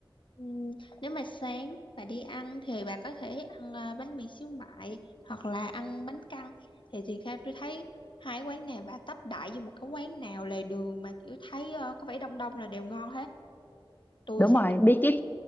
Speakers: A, on the left; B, on the left.
A: Ừm, nếu mà sáng bà đi ăn thì bà có thể ăn ờ, bánh mì xíu mại hoặc là ăn bánh căn thì thì theo tôi thấy hai quán này bà tấp đại vô một cái quán nào lề đường mà kiểu thấy ờ, có vẻ đông đông là đều ngon hết tôi
B: đúng
A: xác
B: rồi
A: nhận
B: bí kíp